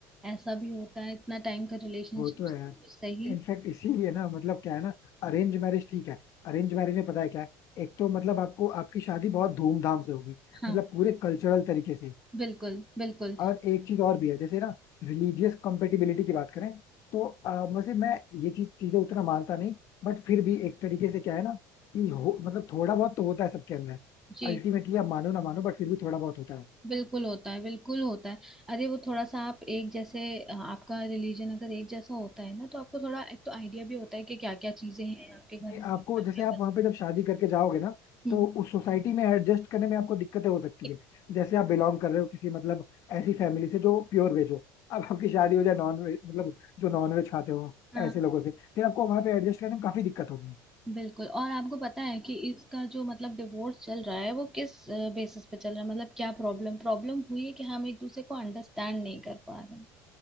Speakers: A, in the centre; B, on the left.
A: ऐसा भी होता है इतना टाइम का रिलेशनशिप
B: वो तो है यार
A: तो सही
B: इनफैक्ट इसीलिए ना मतलब क्या है ना अरेंज मैरिज ठीक है अरेंज मैरिज में पता है क्या है एक तो मतलब आपको आपकी शादी बहुत धूमधाम से होगी
A: हाँ
B: मतलब पूरे कल्चरल तरीके से
A: बिल्कुल बिल्कुल
B: और एक चीज और भी है जैसे ना रिलीजियस कंपेटिबिलिटी की बात करें तो अ, वैसे मैं ये चीज चीजें उतना मानता नहीं बट फिर भी एक तरीके से क्या है ना कि हो मतलब थोड़ा बहुत तो होता है सबके अंदर
A: जी
B: अल्टीमेटली आप मानो ना मानो बट फिर भी थोड़ा बहुत होता है
A: बिल्कुल होता है बिल्कुल होता है अरे वो थोड़ा सा आप एक जैसे अ, आपका रिलीजन अगर एक जैसा होता है ना तो आपको थोड़ा एक तो आइडिया भी होता है कि क्या क्या चीजें हैं आपके घर
B: नहीं,
A: में क्या-क्या
B: आपको जैसे आप
A: करना
B: वहां पे जब शादी करके जाओगे ना
A: है।
B: तो
A: हम्म,
B: उस सोसाइटी में एडजस्ट करने में आपको दिक्कतें हो सकती
A: एक-
B: है जैसे आप बिलोंग कर रहे हो किसी मतलब ऐसी फैमिली से जो प्योर वेज हो अब आपकी शादी हो जाए नॉन वेज मतलब जो नॉन वेज खाते हो
A: हाँ
B: ऐसे लोगों से फिर आपको वहां पे एडजस्ट करने में काफी दिक्कत होगी
A: बिल्कुल और आपको पता है कि इसका जो मतलब डिवोर्स चल रहा है वो किस बेसिस पे चल रहा है मतलब क्या प्रॉब्लम प्रॉब्लम हुई है कि हम एक दूसरे को अंडरस्टैंड नहीं कर पा रहे हैं।